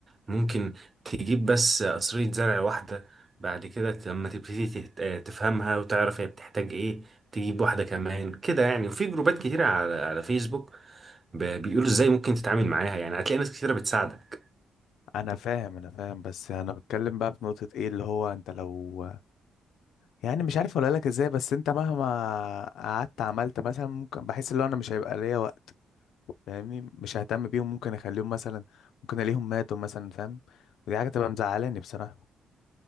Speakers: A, on the right (about 25°); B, on the left (about 80°).
A: ممكن تجيب بس قصرية زرع واحدة بعد كده لما تبتدي تهت- آه، تفهمها وتعرف هي بتحتاج ايه تجيب واحدة كمان كده يعني وفي جروبات كتيرة على على فيسبوك ب- بيقولوا ازاي ممكن تتعامل معاها يعني هتلاقي ناس كتيرة بتساعدك
B: انا فاهم انا فاهم بس انا بتكلم بقى في نقطه ايه اللي هو انت لو يعني مش عارف اقول لك ازاي بس انت مهما قعدت عملت مثلا ممكن بحس اللي هو انا مش هيبقى ليا وقت فاهمني مش ههتم بيهم ممكن اخليهم مثلا ممكن الاقيهم ماتوا مثلا فاهم ودي حاجه تبقى مزعلاني بصراحه